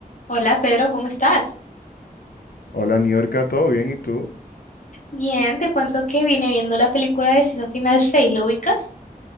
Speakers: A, on the left; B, on the left.
A: Hola Pedro, ¿cómo estás?
B: Hola, New ¿todo bien? ¿Y tú?
A: Bien, te cuento que vine viendo la película de Destino Final 6, ¿lo ubicas?